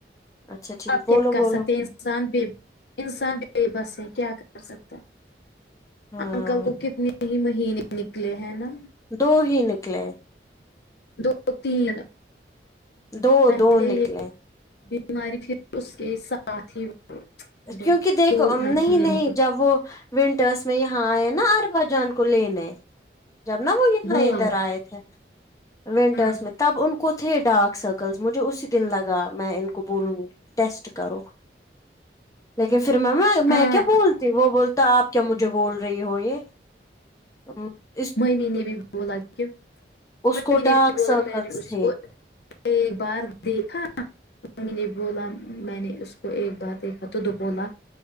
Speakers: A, on the left; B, on the left.
A: اچھا ٹھیک
B: آپ
A: بولو
B: کیا کر
A: بولو
B: سکتے ہیں انسان بے انسان بے بس ہے کیا کر سکتا
A: ہاں
B: انکل کو کتنے ہی مہینے نکلے ہیں نا
A: دو ہی نکلے
B: دو تین
A: دو
B: پہلے
A: دو نکلے
B: یہ ماری پھر اس کے ساتھ ہی ہے
A: کیونکہ دیکھو
B: دو
A: نہیں
B: مہینے
A: نہیں
B: نکلے
A: جب وہ ونٹرس میں یہاں آئے نا ارب جان کو لینے جب نا وہ یہاں
B: ہاں
A: ادھر آئے تھے ونٹرس
B: ہاں
A: میں تب ان کو تھے ڈارک سرکلس مجھے اسی دن لگا میں ان کو بولوں گی ٹیسٹ کرو لیکن پھر میم میں
B: ہاں
A: کیا بولتی وہ بولتی تو آپ کیا مجھے بول رہی ہو یہ ہ
B: ممی نے بھی بولا کہمی
A: اس کو
B: نے
A: ڈارک
B: بھی بولا
A: سرکلس
B: میں نے اس
A: تھے
B: کو <inaudible> ایک بار دیکھا ممی نے بولا میں نے اس کو ایک بار دا تد بولا